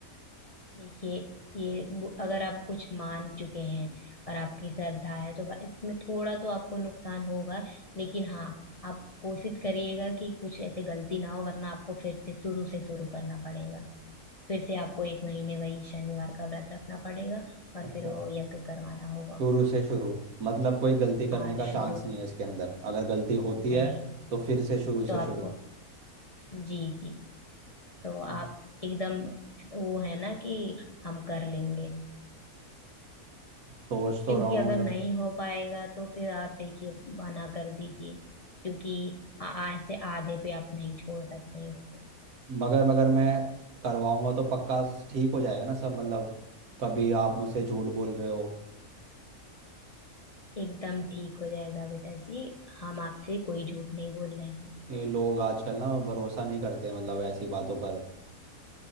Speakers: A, on the left (about 65°); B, on the right (about 80°).
A: देखिए ये वो- अगर आप कुछ मान चुके हैं और आपकी श्रद्धा है तो बा- इसमें थोड़ा तो आपको नुकसान होगा लेकिन हाँ आप कोशिश करिएगा कि कुछ ऐसे गलती ना हो वरना आपको फिर से शुरू से शुरू करना पड़ेगा फिर से आपको एक महीने वही शनिवार का व्रत रखना पड़ेगा और
B: अच्छा
A: फिर वो यज्ञ करवाना होगा
B: शुरू से शुरू मतलब कोई गलती करने
A: हाँ
B: का चांस
A: शुरू
B: नहीं है इसके अंदर अगर गलती होती
A: नहीं
B: है तो फिर से शुरू
A: तो
B: से
A: आपको
B: शुरू
A: जी जी तो
B: अ,
A: आप एकदम वो है ना कि हम कर लेंगे
B: सोच तो
A: क्योंकि
B: रहा हूँ
A: अगर
B: मतलब
A: नहीं हो पाएगा तो फिर आप देखिए मना कर दीजिए क्योंकि आ- आ- ऐसे आधे पे आप नहीं छोड़ सकते हैं उसको
B: मगर मगर मैं करवाऊंगा तो पक्का ठीक हो जाएगा ना सब मतलब कभी आप मुझसे झूठ बोल रहे हो
A: एकदम ठीक हो जाएगा बेटा जी हम आपसे कोई झूठ नहीं बोल रहे हैं
B: ये लोग आजकल ना भरोसा नहीं करते मतलब ऐसी बातों पर